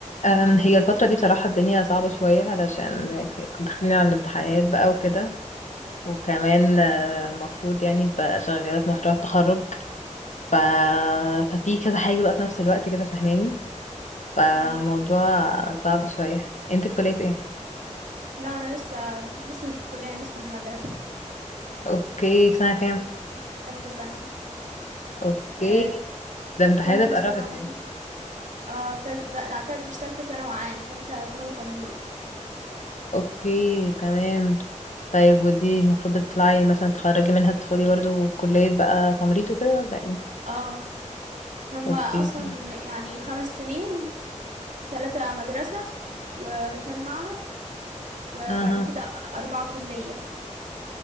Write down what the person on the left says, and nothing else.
أم، هي الفترة دي بصراحة الدنيا صعبة شوية علشان داخلين على الامتحانات بقى وكده وكمان آه، المفروض يعني بقى شغالة في مشروع التخرج ف... ففي كذا حاجة بقى في نفس الوقت كده فاهماني فموضوع
صعب شوية انت في كلية ايه؟
اوكي في سنة كام؟
اوكي
ده امتحانات
قربت
يعني
اوكي تمام طيب ودي المفروض بتطلعي مثلا تخرجي منها تدخلي برضو كلية بقى تمريض وكده ولا ايه؟
اوكي
اها